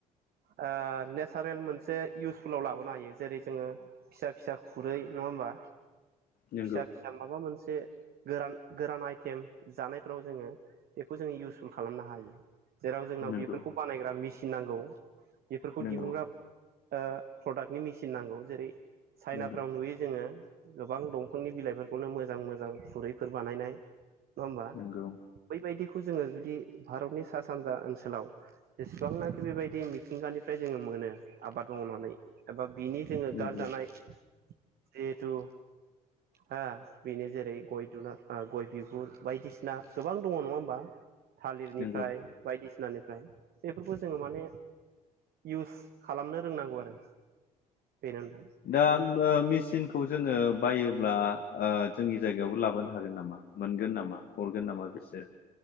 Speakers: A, on the right; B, on the left.
A: आ ने सारेल मोनसे इउसफुलाव लाबोनो हायो जेरै जोङो फिसा फिसा खुरै नङा होमबा
B: नंगौ
A: फिसा फिसा माबा मोनसे से गोरान गोरान आइटेम जानायफोराव जोङो बेखौ जोङो इउसफुल खालामनो हायो जेराव जोंनाव
B: नंगौ
A: बेफोरखौ बानायग्रा मेसिन फिनांगौ बेफोरखौ
B: नंगौ
A: दिहुनग्रा ओ प्रडाक्टनि मेसिन नांगौ जेरै चाइनाफ्राव
B: नंगौ
A: नुयो जोङो गोबां दंफांनि बिलाइफोरखौनो मोजां मोजां खुरै फोर बानायनाय नङा ओमबा
B: नंगौ
A: बैबायदि खौ जोङो जुदि भारतनि सा सानजा ओनसोलाव जेसेबांनाखि बेबायदि मिथिंगानिफ्राय जोङो मोनो आबाद मावनानै एबा बिनि जोङो
B: नंगौ
A: गारजानाय जिहेथु हो बेनो जेरै- गय दुना ओ गय बिगुर बायदिसिना गोबां दङ नङा होमबा थालिरनिफ्राय
B: नंगौ
A: बायदिसि सिनानिफ्राय बेफोरखौ जोङो माने इउस खालामनो रोंनांगौ आरो बेनो नोंथां
B: दा ओ मेसिनखौ जोङो बायोब्ला ओ जोंनि जायगायावबो लाबोनो हागोन नामा मोनगोन नामा हरगोन नामा बिसोरो